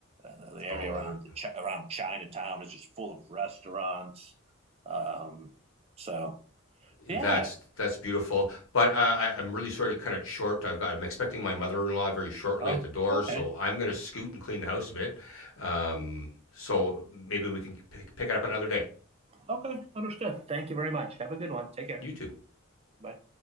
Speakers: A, on the right; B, on the left.
A: uh, the area
B: Oh,
A: around the chi- around Chinatown is just full of restaurants. Um, so yeah.
B: That's that's beautiful, but uh, I, I'm really sort of kind of short. I've got I'm expecting my mother-in-law very shortly
A: Oh,
B: at the door,
A: okay,
B: so I'm going to scoot and clean the house a bit. Um, so maybe we can pick, pick it up another day.
A: okay, understood. Thank you very much. Have a good one. Take care.
B: You too.
A: Bye.